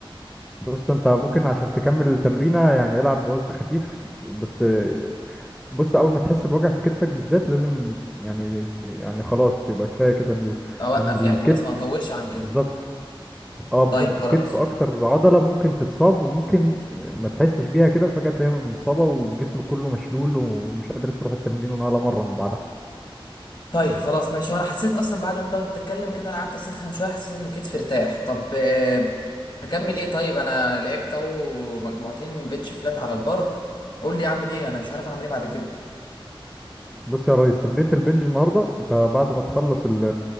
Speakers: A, in the centre; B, on the left.
A: بص انت ممكن عشان تكمل التمرينه يعني العب بوزن خفيف بس بص اول ما تحس بوجع في كتفك بالذات لازم يعني يعني خلاص يبقى كفايه كده اليوم
B: اوقف
A: لان
B: يعني
A: الكتف
B: خلاص ما هطولش عن
A: بالظبط
B: كده
A: اه بالظبط
B: طيب
A: في
B: خلاص
A: الكتف اكتر عضلة ممكن تتصاب وممكن آه، ما تحسش بيها كده فجأة تلاقيها متصابة وجسمك كله مشلول ومش قادر تروح التمرين ولا مرة من بعدها
B: طيب خلاص ماشي وانا حسيت اصلا بعد انت قعدت تتكلم كده انا قعدت اسخن شويه حسيت ان كتفي ارتاح طب آه، اكمل ايه طيب انا لعبت اهو مجموعتين بنش فلات على البر قول لي اعمل ايه انا مش عارف اعمل ايه بعد كده
A: بص يا ريس تمرينة البنج النهاردة انت بعد ما تخلص ال-